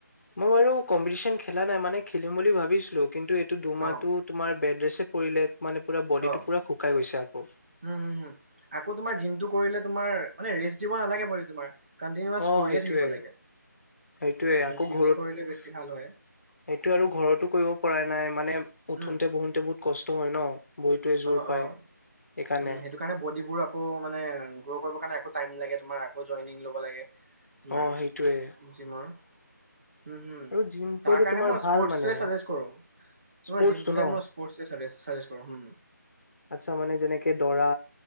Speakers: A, on the left; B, on the right.
A: মই বাৰু কম্পিটিচন খেলা নাই মানে খেলিম বুলি ভাবিছিলো। কিন্তু এইটো দুমাহটো
B: অ
A: তোমাৰ বেডৰেছে পৰিলে মানে পুৰা বডিটো
B: অ,
A: পুৰা শুকাই গৈছে আকৌ
B: হম হম হম আকৌ তোমাৰ জিমটো কৰিলে তোমাৰ মানে ৰেষ্ট দিব নালাগে মানে তোমাৰ কন্টিনিউৱাচ
A: অ,
B: কৰিয়ে
A: সেইটোৱে,
B: থাকিব লাগে
A: সেইটোৱে আকৌ
B: কন্টিনিউৱাচ
A: ঘৰত
B: কৰিলে বেছি
A: সেইটো
B: ভাল হয়
A: আৰু ঘৰতো কৰিব পৰা নাই মানে উঠোতে
B: উম
A: বহোতে বহুত কষ্ট টো হয় ন। বডীটোৱে জোৰ
B: অ
A: পায়
B: অ
A: সেইকাৰণে
B: উম সেইটো কাৰণে বডিবোৰ আকৌ মানে গ্ৰ' কৰিবৰ কাৰণে আকৌ টাইম লাগে তোমাৰ আকৌ জইনিং লব লাগে, তোমাৰ
A: অ সেইটোয়ে
B: জিমৰ হুম হুম,
A: আৰু জিম কৰিলে
B: তাৰ কাৰণে
A: তোমাৰ
B: মই স্পৰ্টছটোৱে
A: ভাল মানে
B: চাজেষ্ট কৰো, তোমাৰ
A: স্পৰ্টচটো
B: জিমটোৰ
A: ন
B: ঠাইত মই স্পৰ্টছটোৱেই চাজেষ্ট কৰো।
A: আচ্ছা মানে যেনেকে দৌৰা